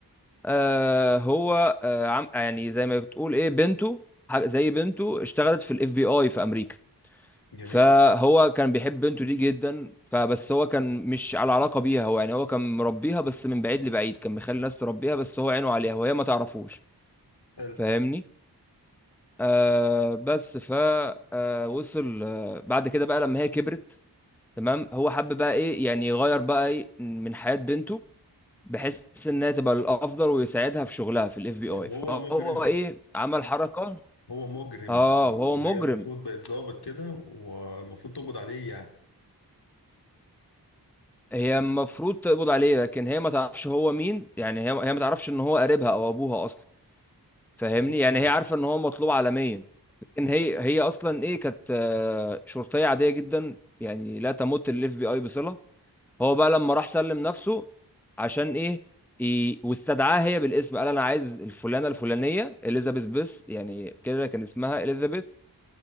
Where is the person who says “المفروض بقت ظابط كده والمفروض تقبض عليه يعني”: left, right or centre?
Left